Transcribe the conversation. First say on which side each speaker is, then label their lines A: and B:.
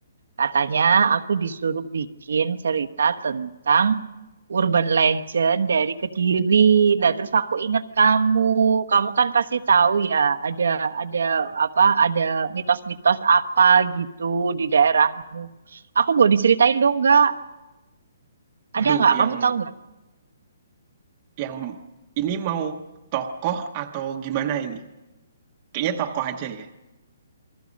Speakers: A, on the right; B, on the right.
A: Katanya aku disuruh bikin cerita tentang urban legend dari Kediri. Nah, terus aku ingat kamu. Kamu kan pasti tahu ya, ada ada apa? Ada mitos-mitos apa gitu di daerahmu. Aku boleh diceritain dong, gak?
B: Waduh,
A: Ada nggak?
B: yang
A: Kamu tahu nggak?
B: yang ini mau tokoh atau gimana ini? Kayaknya tokoh aja ya.